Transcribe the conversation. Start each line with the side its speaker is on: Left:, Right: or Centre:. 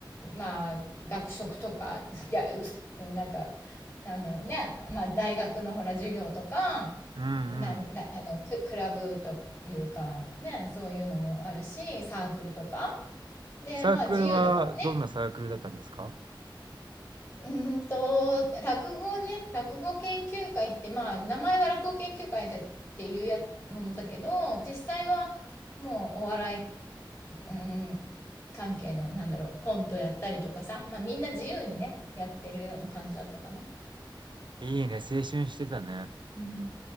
Left: まあ、学食とか、いや、うす、なんか、なんだろうね。まあ、大学のほら、授業とか、
Right: うんう
Left: なん、
Right: ん。
Left: だ、あの、ク、クラブというか、ね、そういうのもあるし、サークルとか。で、
Right: サークルはどんなサークルだったんですか
Left: まあ、自由だからね。うーんと、落語ね、落語研究会って、まあ、名前は落語研究会だっていうやものだけど、実際はもうお笑い、うん、関係の、なんだろう、コントやったりとかさ、まあみんな自由にね、やってるような感じだったかな。
Right: いいね、青春してたね。
Left: うん、